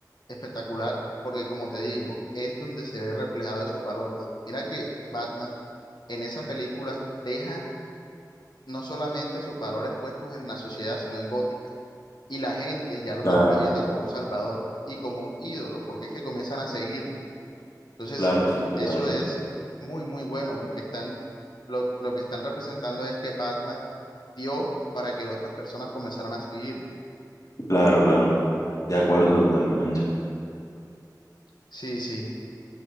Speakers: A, on the left; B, on the left.
A: espectacular porque, como te digo, es donde se ve reflejado esos valores. Mira que Batman en esa película deja no solamente sus valores puestos en la sociedad, sino en Gótica. Y la gente ya lo
B: Claro,
A: termina viendo como un salvador y como un ídolo, porque es que comienzan a seguirlo. Entonces,
B: claro, sí, total.
A: eso es muy, muy bueno porque están, lo, lo que están representando es que Batman dio para que otras personas comenzaran a seguirlo.
B: Claro, claro. De acuerdo, totalmente.
A: Sí, sí.